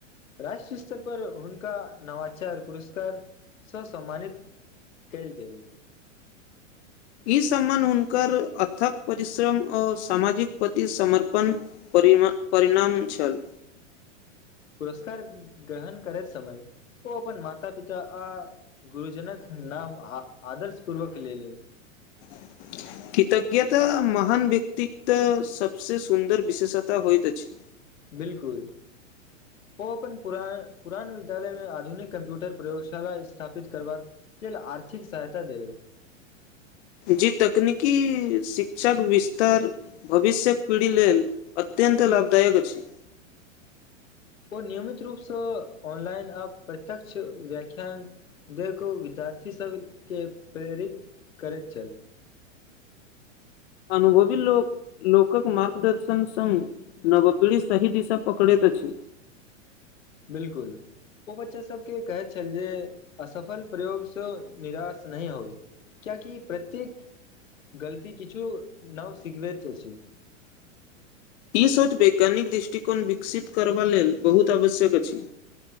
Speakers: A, on the left; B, on the left.
A: राष्ट्र स्तर पर हुनका नवाचार पुरस्कार स सम्मानित कैल गेल
B: <inaudible> ई सम्मान हुनकर अथक परिश्रम अ सामाजिक पति समर्पण प परिणाम छएल
A: पुरुस्कार ग्रहण करैत समय ओ अपन माता पिता आ गुरुजनक नाम आदर्श पूर्वक लेले
B: <inaudible> कृतज्ञता महान व्यक्त त सबसे सुन्दर विशेषता होइत अछि
A: बिलकुल ओ अपन पुर पुरान विद्यालयमे आधुनिक कम्प्यूटर प्रयोगशाला स्थापित करबाक अपने लेल आर्थिक सहायता दे लेल
B: जी तकनीकी शिक्षक विस्तार भविष्यक पीढ़ी लेल अत्यंत अत्यंत लाभदायक छैय
A: नियमित रूपसँ ऑनलाइन आब प्रत्यक्ष व्याख्यान देखू विद्यार्थी सब के प्रेरित करैत चल
B: अनुभवी लोक लोकक मार्गदर्शन संघ नव पीढ़ी सही दिशा पकड़ैत अछि
A: बिल्कुल ओ बच्चा सभके कहैत छल जे असफल प्रयोगसँ निराश नहि होइ कियाकि प्रत्येक गलती किछु नव सिखबैत अछि
B: ई शोच वैज्ञानिक दृष्टिकोण विकसित करबाऽ लेल बहुत आवश्यक अछि